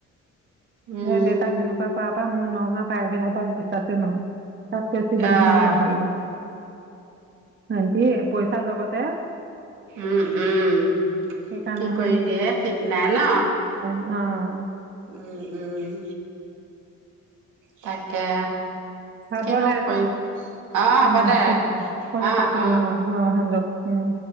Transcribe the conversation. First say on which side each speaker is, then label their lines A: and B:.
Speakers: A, on the right; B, on the right.
A: উম
B: দে-দেউতাক সেনেকুৱা কৰা। তাৰপা মোৰ নগাঁৱৰ প্ৰাইভেট সোপাক বিশ্বাসেই নহয় তাতকৈ চিভিল
A: অহ
B: খিনিয়ে ভাল বোলো ভাইটি পইচাৰ লগতে।
A: উম', উম'
B: সেইকাৰণেহে
A: কি কৰি দিয়ে ঠিক নাই ন।
B: অহ'।
A: উম', উম'। তাকে।
B: হ'ব
A: কিনো
B: দে
A: কৰিম
B: ন।
A: অ হ'ব
B: অহ'
A: দে
B: <unintelligible> ফোন
A: অ
B: এটা কৰো
A: অ
B: মই। অহ, সিহঁতক উম।